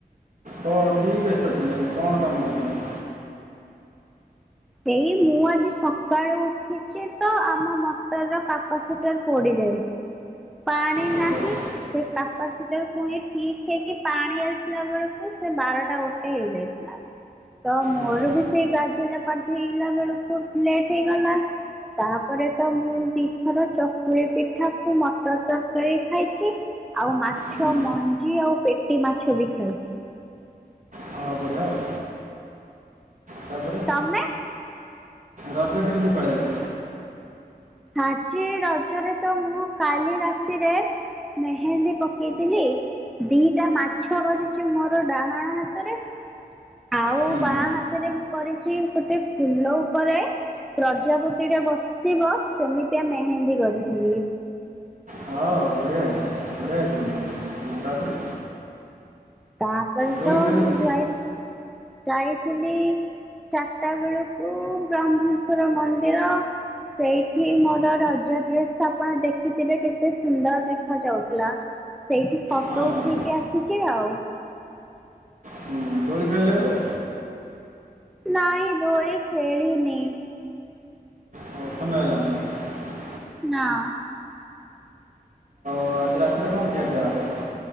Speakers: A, on the right; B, in the centre.
A: କଣ କି ବ୍ୟସ୍ତ ଥିଲେ? କଣ କାମ କରୁଥିଲେ?
B: ଏଇ ମୁଁ ଆଜି ସକାଳୁ ଉଠିଛି ତ ଆମ ମଟରର କାପାସିଟର ପୋଡି ଯାଇଛି। ପାଣି
A: ଆଚ୍ଛା
B: ନାହିଁ ସେ କାପାସିଟର ପୁଣି ଠିକ ହେଇକି ପାଣି ଆସିଲା ବେଳକୁ ସେ ବାରଟା ଗୋଟେ ହେଇଯାଇଥିଲା। ତ ମୋର
A: ଆଚ୍ଛା
B: ବି ସେଇ ଗାଧୋଇଲା ଧେଇଲା ବେଳକୁ ଲେଟ ହେଇଗଲା। ତାପରେ ତ ମୁଁ ଦିଥର ଚକୁଳି ପିଠାକୁ ମଟର ତରକାରୀ ଖାଇଛି ଆଉ ମାଛ
A: ହୁଁ
B: ମଞ୍ଜି ଆଉ ପେଟି ମାଛ ବି ଖାଇଛି।
A: ହଁ ବଢ଼ିଆ ଆଉ ତାପରେ
B: ତମେ?
A: ରଜ କେମିତି ପାଳିଲେ।
B: ଆଜି ରଜରେ ତ ମୁଁ କାଲି ରାତିରେ ମେହେନ୍ଦୀ ପକେଇଥିଲି। ଦିଟା ମାଛ କରିଛି ମୋର ଡାହାଣ ହାତରେ ଆଉ
A: ହୁଁ
B: ବାଆଁ ହାତରେ ମୁଁ କରିଛି ଗୋଟେ ଫୁଲ ଉପରେ ପ୍ରଜାପତି ଟା ବସିିବ ସେମିତିଆ ମେହେନ୍ଦୀ କରିଥିଲି।
A: ହଁ ବଢିଆ ହେଇଛି ବଢିଆ ହେଇଛି ନିଶ୍ଚ। ତାପରେ
B: ତାପରେ
A: ଦୋଳି
B: ତ
A: ଖେଳିଲେ
B: ମୁଁ ଯାଇ ଯାଇଥିଲି ଚାରିଟା ବେଳକୁ ବ୍ରହ୍ମେଶ୍ଵର ମନ୍ଦିର ସେଇଠି ମୋର ରଜ ଡ୍ରେସ ଆପଣ ଦେଖିଥିବେ କେତେ ସୁନ୍ଦର ଦେଖ ଯାଉଥିଲା। ସେଇଠି ଫଟୋ
A: ହଁ ହଁ
B: ଉଠେଇକି ଆସିଛି ଆଉ।
A: ହୁଁ ଦୋଳି ଖେଳିଲେ <inaudible>
B: ନାଇଁ ଦୋଳି ଖେଲିନି।
A: <inaudible>
B: ନାଁ।
A: ତ ଆଜି ରାତିରେ କଣ ଖିଆ ପିଆ ହବ?